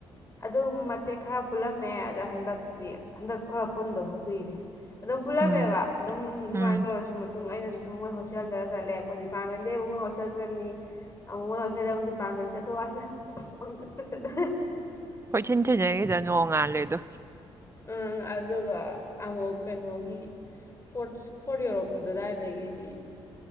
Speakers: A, on the left; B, on the right.
A: ꯑꯗꯨ ꯃꯇꯦꯛ ꯈꯔ ꯄꯨꯜꯂꯝꯃꯦ ꯑꯗ ꯍꯟꯗꯛꯇꯤ ꯍꯟꯗꯛ ꯈꯔ ꯄꯨꯟꯗꯕꯨ ꯀꯨꯏꯔꯦ ꯑꯗꯨꯝ ꯄꯨꯜꯂꯝꯃꯦꯕ
B: ꯎꯝ
A: ꯑꯗꯨꯝ ꯑꯗꯨꯃꯥꯏꯅ
B: ꯎꯝ
A: ꯇꯧꯔꯁꯨ ꯃꯇꯨꯡ ꯑꯩꯅꯁꯨ ꯗꯨꯝ ꯃꯣꯏ ꯍꯣꯁꯇꯦꯜꯗ ꯆꯠꯂꯦ ꯀꯣ ꯗꯤꯄꯥꯔꯃꯦꯟꯗꯩ ꯃꯣꯏ ꯍꯣꯁꯇꯦꯜ ꯆꯠꯅꯤ ꯑꯃꯨꯛ ꯃꯣꯏ ꯍꯣꯁꯇꯦꯜꯗꯩ ꯑꯃꯨꯛ ꯗꯤꯞ ꯄꯥꯔꯠꯃꯦꯟ ꯆꯠꯊꯣꯛ ꯑꯁꯤꯟ ꯄꯪꯆꯠꯇ ꯆꯠꯅ
B: ꯀꯣꯏꯁꯟ ꯊꯤꯅꯩꯉꯩꯗ ꯅꯣꯡꯉꯥꯜꯂꯦꯗꯣ
A: ꯑꯪ ꯑꯗꯨꯒ ꯑꯃꯨꯛ ꯀꯩꯅꯣꯒꯤ ꯐꯣꯔꯠꯁ ꯐꯣꯔ ꯌꯧꯔꯛꯄ ꯑꯗꯨꯗꯥꯏꯗꯒꯤꯗꯤ